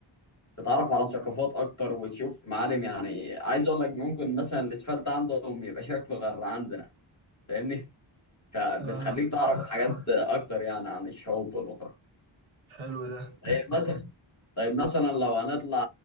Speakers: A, on the left; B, on the right.
A: تتعرف على ثقافات اكتر وتشوف معالم يعني عايز اقول لك ممكن مثلا الاسفلت عندهم يبقى شكله غير عندنا فاهمني فبتخليك
B: اه
A: تعرف حاجات اكتر يعني عن الشعوب والاخرى
B: حلو ده
A: طيب مثلا طيب مثلا لو هنطلع